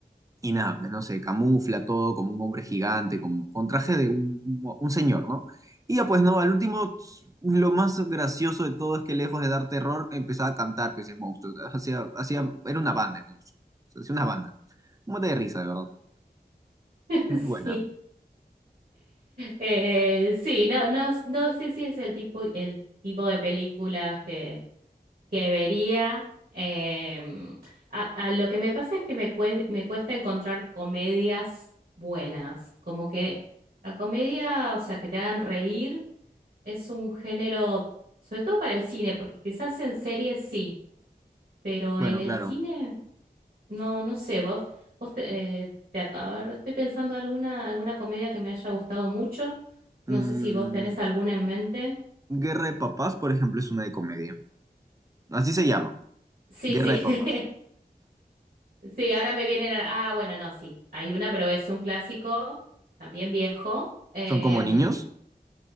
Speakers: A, on the right; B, on the right.
A: y nada, pues no sé, camufla todo como un hombre gigante, como con traje de un, un señor, ¿no? Y ya pues no, al último, lo más gracioso de todo es que lejos de dar terror, empezaba a cantar, pues el monstruo. Hacía, hacía, era una banda el monstruo. O sea, Hacía una banda. Un mate de risa, de verdad.
B: <laughs>
A: Muy
B: Sí.
A: buena.
B: Eh, sí, no, no, no sé si es el tipo, el tipo de película que, que vería. eh, a, a lo que me pasa es que me, cue- me cuesta encontrar comedias buenas. Como que la comedia, o sea, que te hagan reír, es un género, sobre todo para el cine, porque quizás en series sí, pero
A: Bueno,
B: en el
A: claro.
B: cine, no, no sé, vos, vos te, eh, te acá- a ver, estoy pensando alguna, alguna comedia que me haya gustado mucho. No
A: Mm,
B: sé si vos tenés alguna en mente.
A: Guerra de Papás, por ejemplo, es una de comedia. Así se llama.
B: Sí,
A: Guerra
B: sí.
A: de Papás.
B: <laughs> Sí, ahora me vienen a... Ah, bueno, no, sí. Hay una, pero es un clásico, también viejo, em,
A: Son como niños